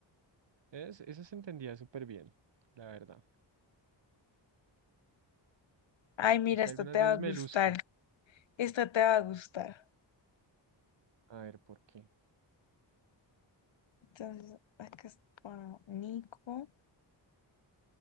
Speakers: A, on the right; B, on the left.
A: Es, esa se entendía súper bien, la verdad.
B: Ay, mira,
A: Es que
B: esta
A: algunas
B: te
A: veces
B: va a gustar.
A: me luzco.
B: Esta te va a gustar.
A: A ver, ¿por qué?
B: Entonces, acá está Nico.